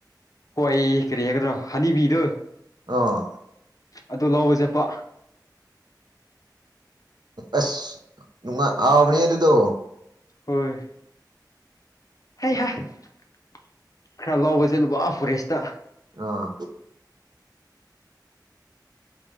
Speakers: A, on the left (about 50°); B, on the right (about 65°).
A: ꯍꯣꯏ ꯀꯔꯤ ꯍꯥꯏꯒꯗ꯭ꯔꯣ ꯍꯅꯤꯕꯤꯗꯨꯣ
B: ꯑꯥ
A: ꯑꯗꯨ ꯂꯑꯣꯁꯦꯠꯄ
B: ꯑꯁ ꯑ ꯑꯅꯤ ꯍꯥꯏ ꯑꯗꯨꯗꯣ
A: ꯍꯣꯏ ꯍꯩꯍ ꯈꯔ ꯂꯥꯎꯕ ꯆꯠꯂꯨꯕ ꯑꯥ ꯐꯣꯔꯦꯁꯇ
B: ꯑꯥ